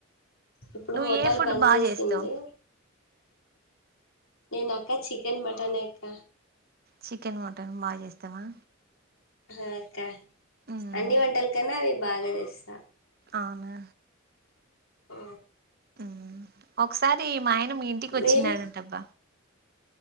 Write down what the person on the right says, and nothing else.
నువ్వు
ఏ ఫుడ్
బాగా
చేస్తావు
చికెన్ మటన్ బాగా చేస్తావా
ఉమ్
అవున
ఉమ్ ఒకసారి మా ఆయన మీ ఇంటికి వచ్చినడంటబ్బ